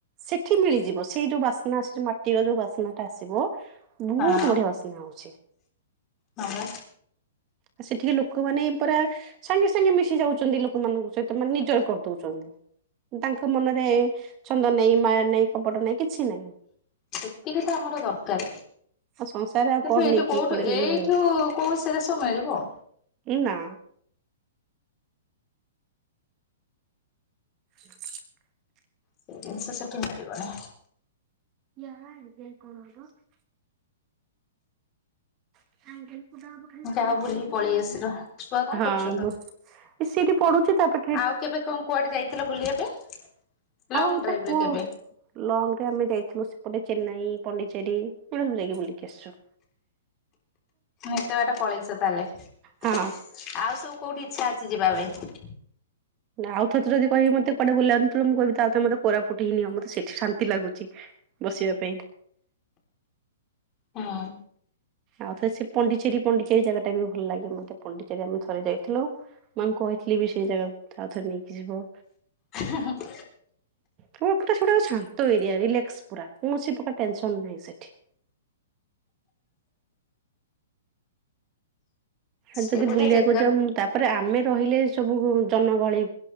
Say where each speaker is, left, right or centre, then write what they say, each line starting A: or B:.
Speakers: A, on the right (about 30°); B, on the left (about 25°).
A: ସେଠି ମିଳିଯିବ। ସେଇ ଯୋଉ ବାସ୍ନା ଆସୁଚି ମାଟିର ଯୋଉ ବାସ୍ନାଟା ଆସିବ ବୋହୁତ୍
B: ହଁ
A: ବଢିଆ ବାସ୍ନା। ହୋଉଛି।
B: ହଁବା।
A: ଆଉ ସେଠିକି ଲୋକମାନେ ପୁରା ସାଙ୍ଗେ ସାଙ୍ଗେ ମିଶି ଯାଉଛନ୍ତି ଲୋକମାନଙ୍କ ସହିତ ମାନେ ନିଜର କରିଦଉଛନ୍ତି। ତାଙ୍କ ମନରେ ଛନ୍ଦ ନାଇଁ ମାୟା ନାଇଁ କପଟ ନାହିଁ କିଛି ନାହିଁ।
B: ସେତିକି ତ ଆମର ଦରକାର୍।
A: ଆଉ ସଂସାରରେ ଆଉ
B: ତ
A: କଣ
B: ଏଇଠୁ
A: ନେଇକି
B: କୋଉୁଠୁ,
A: କିଏ କୁଆଡେ ନେଇକି
B: ଏଇଠୁ
A: ପଳେଇବ
B: କୋଉ ସେରା ସବୁ ମିଳିବ।
A: ଏନା। ହ
B: ସେଇ ଜିନିଷ ସେଠି ମିଳିବନି।
A: ୟାର ଦେ କଣୁ <unintelligible> ଆ <unintelligible>
B: ଯାହା ହଉ ବୁଲିକି ପଳେଇ ଆସିଲ ଛୁଆ କଣ
A: ହଁ
B: କରୁଛନ୍ତି?
A: ବ ସେଠି ପଢୁଛି ତାପ
B: ଆଉ କେବେ କଣ କୁଆଡେ ଯାଇଥିଲ ବୁଲିବା ପାଇଁ? ଲଙ୍ଗ
A: ଆଉ
B: ଡ୍ରାଇଭ
A: ତ ପୁଅ
B: ରେ କେବେ?
A: ଲଙ୍ଗ ରେ ଆମେ ଯାଇଥିଲୁ ସେପଟେ ଚେନ୍ନାଇ, ପଣ୍ଡିଚେରୀ ଏଟା ସବୁ ଯାଇକି ବୁଲିକି ଆସିଛୁ।
B: ଏତେ ବାଟ ପଳେଇଛ ତା ହେଲେ ଆଉ
A: ହଁ।
B: ସବୁ କୋଉଠି ଇଚ୍ଛା ଅଛି ଯିବା ପାଇଁ?
A: ଆଉଥରେ ଯଦି କହିଵେ ମତେ କୁଆଡେ ବୁଲା <unintelligible> ମୁଁ କହିବି ଥରେ ମତେ କୋରାପୁଟ ହି ନିଅ ମତେ ସେଠି ଶାନ୍ତି ଲାଗୁଛି। ବସିବା ପାଇଁ।
B: ହଁ।
A: ଆଉ ଥରେ ସେ ପଣ୍ଡିଚେରୀ, ପଣ୍ଡିଚେରୀ ଜାଗା ଟା ବି ଭଲ ଲାଗେ ମତେ ପଣ୍ଡିଚେରୀ ଆମେ ଥରେ ଯାଇଥିଲୁ। ମୁଁ ଆଙ୍କୁ କହିଥିଲି ବି ସେଇ ଜାଗା ଆଉଥରେ ନେଇକି ଯିବ।
B: ହା ହା ହା
A: କେବଳ ପୁରା ସେଗୁଡ଼ା ଶାନ୍ତ ଏରିଆ ରିଲାକ୍ସ୍ ପୁରା କୌଣସି ପ୍ରକାର ଟେନସନ ନାହିଁ ସେଠି। ଆଉ
B: ସେ
A: ଯଦି
B: ଗୋଟେ
A: ବୁଲିବାକୁ
B: ଚେକ
A: ଯାଉ ତାପରେ ଆମେ ରହିଲେ ସବୁ ଜନଗହଳି